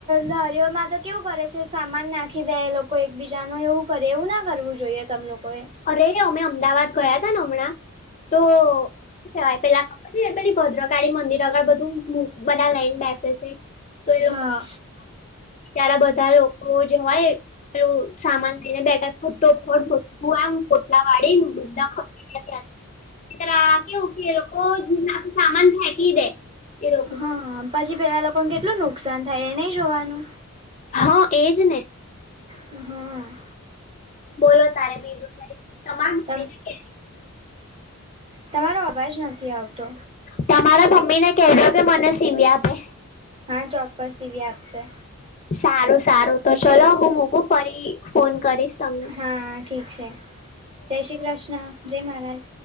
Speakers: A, on the right (about 25°); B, on the left (about 35°).
A: લારીઓમાં તો કેવું કરે છે સામાન નાખી દે એ લોકો એકબીજાનું એવું કરે એવું ના કરવું જોઈએ. તમ લોકોએ
B: અરે અમે અમદાવાદ ગયા તા ને હમણાં તો ય પેલાબ પે ભદ્રકાળી મંદિર આગર બધું બધા લઈને બેસે છે. તો એ લોકો
A: હા
B: ત્યારે બધા લોકો જે હોય પેલું તો સામાન લઈને બેઠા <unintelligible> હું આમ કોટલા વાડી બધા ખ ત્યાં એ તરા કેવું કે લોકોના સામાન ફેકી દે. એ લોકો
A: હા પછી પેલા લોકોને કેટલું નુકસાન થાય એ નહી જોવાનું.
B: હા એજ ને.
A: હમ્મ.
B: બોલો તારે બીજું કઈ તમાન
A: તમ
B: બીજી છે.
A: તમારો અવાજ નથી આવતો.
B: તમારા મમ્મી ને કહેજો કે મને સીવી આપે.
A: હા ચોક્કસ સીવી આપશે.
B: સારું સારું તો ચલો હું મુકું ફરી ફોન કરીશ. તમને
A: હા ઠીક છે જય શ્રી કૃષ્ણ જય મહારાજ.